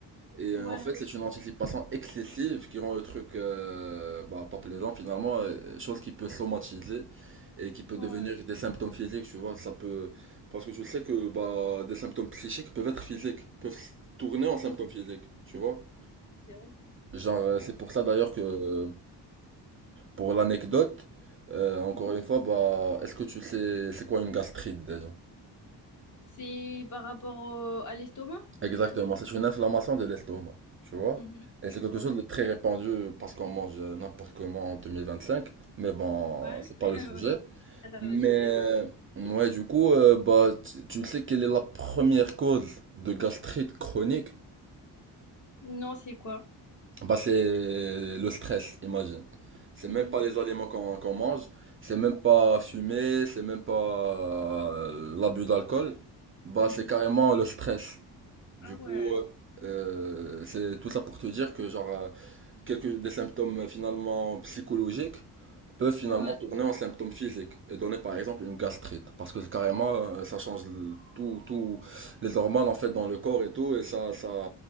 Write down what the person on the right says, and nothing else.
Et euh,
en fait, c'est une anticipation excessive qui rend le truc, euh, bah, pas plaisant finalement, euh, chose qui peut somatiser et qui peut
devenir des symptômes physiques, tu vois. Ça peut, parce que tu sais que, bah, des symptômes psychiques peuvent être physiques, peuvent tourner en symptômes
physiques, tu vois.
Genre, euh, c'est pour ça d'ailleurs que, euh, pour l'anecdote, euh, encore
une fois, bah, est-ce que tu sais c'est quoi une gastrite déjà?
Exactement,
c'est une inflammation de l'estomac, tu vois?
Et c'est quelque
chose de très répandu parce qu'on mange euh, n'importe comment en deux mille vingt-cinq mais bon,
c'est pas
le sujet.
Mais,
euh,
ouais, du coup, euh, bah, tu tu sais quelle est la première cause de gastrite chronique?
Bah, c'est
le stress, imagine. C'est
même pas les aliments qu'on qu'on mange, c'est même pas fumer, c'est même pas euh, l'abus d'alcool. Bah,
c'est carrément le stress. Du
coup,
euh, euh, c'est tout ça pour te dire que genre euh, quelques des symptômes euh, finalement psychologiques peuvent finalement
tourner en symptômes physiques et donner par exemple une gastrite parce que c'est carrément euh, ça change le- tout tout les hormones en fait dans le corps et tout et ça ça